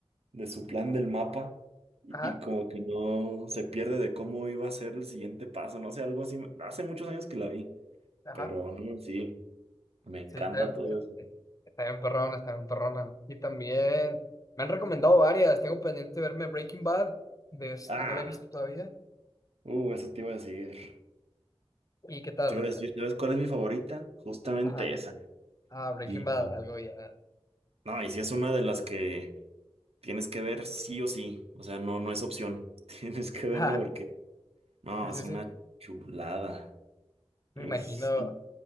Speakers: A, on the right; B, on the left.
A: de su plan del mapa.
B: Ajá,
A: Y como que no se pierde de cómo iba a ser el siguiente paso, no sé, algo así. Hace muchos años que la vi,
B: ajá.
A: pero no, sí, me encanta
B: Sí, está bien,
A: todo
B: pe-
A: eso.
B: eh, está bien perrona, está bien perrona. Y también me han recomendado varias. Tengo pendiente de verme Breaking Bad. De este,
A: Ah,
B: no la he visto todavía.
A: uh, eso te iba a decir.
B: ¿Y qué tal?
A: Te iba a decir, ¿sabes cuál es mi favorita? Justamente
B: Ajá.
A: esa.
B: Ah, Breaking
A: Y
B: Bad,
A: y-
B: algo ya.
A: no, y sí es una de las que tienes que ver sí o sí, o sea, no, no es opción. <laughs> Tienes que verla
B: <laughs> Ajá.
A: porque, no,
B: Sí,
A: es
B: sí,
A: una
B: sí.
A: chulada.
B: Me
A: Es,
B: imagino.
A: in-